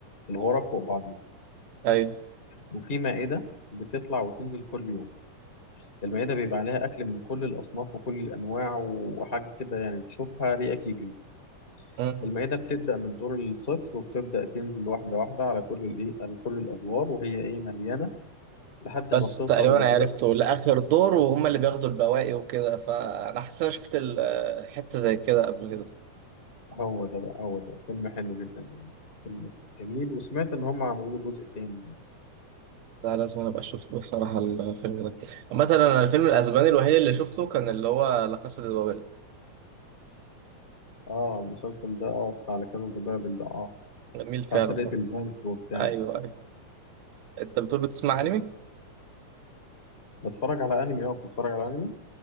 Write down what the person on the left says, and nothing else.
الغرف فوق بعضيها
وفي مائدة بتطلع وتنزل كل يوم المائدة بيبقى عليها أكل من كل الأصناف وكل الأنواع وحاجة كده يعني تشوفها ريقك يجري
المائدة بتبدأ من الدور الصفر وبتبدأ تنزل واحدة واحدة على كل الإيه على كل الأدوار وهي إيه مليانة لحد
ما بتوصل
لكده
هو ده بقى هو ده فيلم حلو جدا يعني فيلم جميل وسمعت إن هم عملوا له جزء تاني
اه المسلسل ده اه بتاع لا كازا دي بابل ده اه
بتاع سرقة
البنك وبتاع
بتتفرج على أنمي اه بتتفرج على أنمي